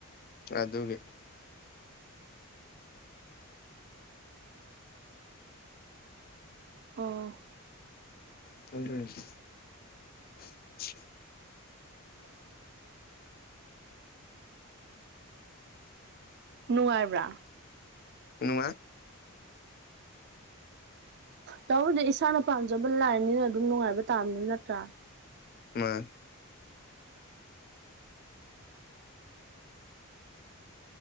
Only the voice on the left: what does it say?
ꯑꯗꯨꯒꯤ
ꯊꯗꯔꯁꯤ <unintelligible>
ꯅꯨꯉꯥꯏ
ꯃꯥ